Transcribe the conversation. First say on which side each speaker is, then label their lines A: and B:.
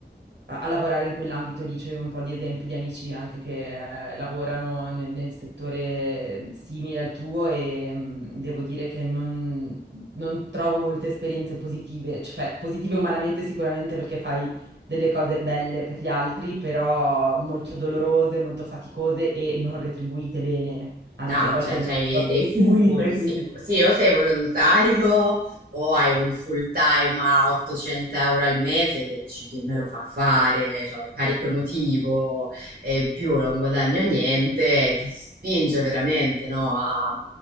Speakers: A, on the right; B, on the right.
A: a, a lavorare in quell'ambito lì. C'è un po' di esempi di amici anche che eh, lavorano nel, nel settore mm, simile al tuo e mh, devo dire che non, non trovo molte esperienze positive, cioè positive umanamente sicuramente perché fai delle cose belle per gli altri, però molto dolorose, molto faticose e non retribuite bene, anzi
B: No,
A: a volte
B: cioè,
A: ne
B: c'hai
A: proprio
B: dei
A: retribuite,
B: full, sì,
A: quindi
B: sì, o sei volontario <laughs> o hai un full time a 800 euro al mese che dici chi me lo fa fare, cioè, ho il carico emotivo e in più non guadagno niente, ti spinge veramente, no, a,